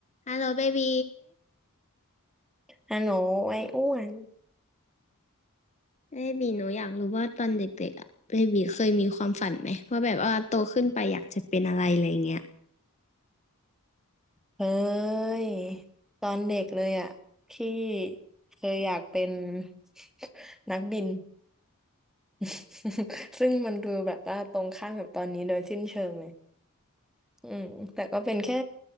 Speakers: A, on the left; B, in the centre.
A: ฮัลโหลเบบี
B: ฮัลโหลไอ้อ้วน
A: เบบีหนูอยากรู้ว่าตอนเด็กๆอะเบบีเคยมีความฝันไหมว่าแบบว่าโตขึ้นไปอยากจะเป็นอะไรอะไรเงี้ย
B: เฮ้ยตอนเด็กเลยอ่ะพี่เคยอยากเป็น <laughs> นักบิน <laughs> ซึ่งมันดูแบบว่าตรงข้ามกับตอนนี้โดยสิ้นเชิงเลยอืมแต่ก็เป็นแค่